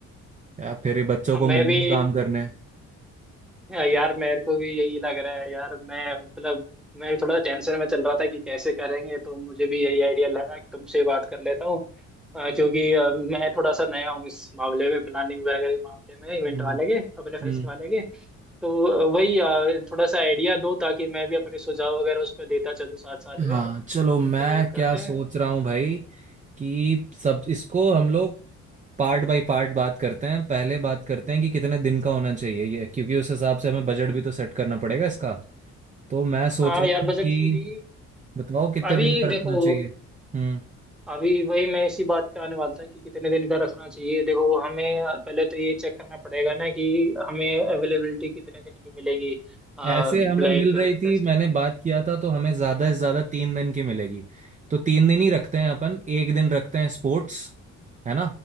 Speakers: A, on the right (about 25°); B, in the centre.
A: यार फिर ये बच्चों
B: अब
A: को
B: मैं
A: मिलेगा
B: भी
A: काम करने
B: यार मेरे को भी यही लग रहा है यार मैं मतलब मैं भी थोड़ा टेंशन में चल रहा था कि कैसे करेंगे तो मुझे भी यही आइडिया लगा कि तुमसे बात कर लेता हूँ अ, क्योंकि अ, मैं थोड़ा सा नया हूँ इस मामले में प्लानिंग वगैरह के मामले में इवेंट
A: हम्म
B: वाले के अपने फेस्ट
A: हम्म।
B: वाले के तो अ, वही अ, थोड़ा सा आइडिया दो ताकि मैं भी अपने सुझाव वगैरह उस पर देता चलूँ साथ साथ
A: हाँ
B: में
A: चलो
B: तो
A: मैं
B: करते
A: क्या सोच
B: हैं
A: रहा हूँ भाई कि सब इसको हम लोग पार्ट बाय पार्ट बात करते हैं पहले बात करते हैं कि कितने दिन का होना चाहिए ये क्योंकि उस हिसाब से हमें बजट भी तो सेट करना पड़ेगा इसका तो मैं सोच
B: हाँ
A: रहा
B: यार बजट
A: था कि
B: फ्री
A: बताओ कितने
B: अभी
A: दिन का
B: देखो
A: रखना चाहिए हम्म
B: अभी वही मैं इसी बात पे आने वाला था कि कितने दिन का रखना चाहिए देखो हमें पहले तो ये चेक करना पड़ेगा ना कि हमें अवेलेबिलिटी कितने दिन की मिलेगी Like
A: ऐसे हमें मिल रही थी
B: fest
A: मैंने बात किया था तो हमें ज्यादा से ज्यादा तीन दिन की मिलेगी तो तीन दिन ही रखते हैं अपन एक दिन रखते हैं स्पोर्ट्स है ना